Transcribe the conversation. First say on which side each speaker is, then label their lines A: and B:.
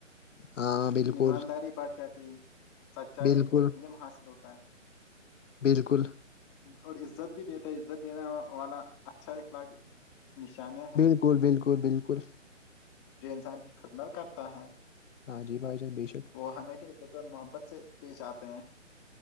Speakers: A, on the left; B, on the left.
A: ہاں بالکل
B: ایمانداری بڑھ جاتے ہی سچائی
A: بالکل
B: اور علم حاصل ہوتا ہے
A: بالکل
B: اور عزت بھی دیتا ہے عزت دینےا والا اچھا اخلاق <inaudible> نشانیاں ہیں
A: بالکل بالکل بالکل
B: جو انسان کی خدمت کرتا ہے
A: ہاں جی بھ بے شک <unintelligible>
B: وہ ہمیشہ عزت و اور محبت سے پیش آتے ہیں